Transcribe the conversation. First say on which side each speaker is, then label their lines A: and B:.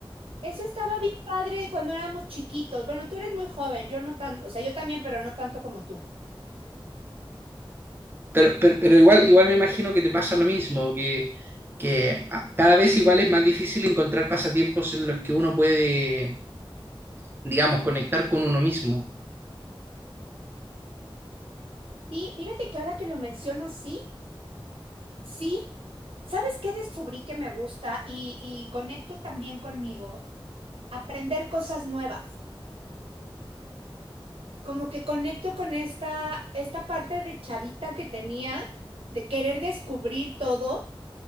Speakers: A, on the right; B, on the right.
A: Eso estaba bien padre cuando éramos chiquitos. Bueno, tú eres muy joven, yo no tanto, o sea, yo también, pero no tanto como tú.
B: pero, pero, pero igual, igual me imagino que te pasa lo mismo, que, que a- cada vez igual es más difícil encontrar pasatiempos en los que uno puede, digamos, conectar con uno mismo.
A: Y fíjate que ahora que lo mencionas, sí, sí. ¿Sabes qué descubrí que me gusta y, y conecto también conmigo? Aprender cosas nuevas. Como que conecto con esta, esta parte de chavita que tenía, de querer descubrir todo